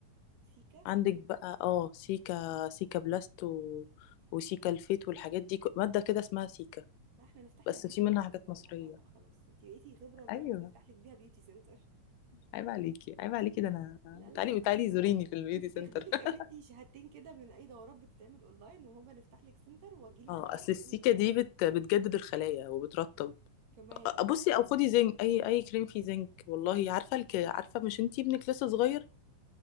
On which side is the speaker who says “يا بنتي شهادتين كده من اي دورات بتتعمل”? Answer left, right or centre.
Right